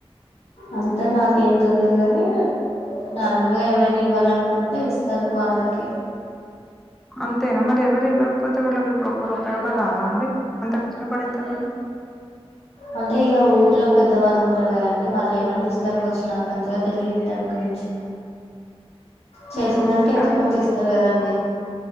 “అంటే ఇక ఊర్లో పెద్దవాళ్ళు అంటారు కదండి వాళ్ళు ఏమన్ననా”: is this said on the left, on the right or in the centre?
Left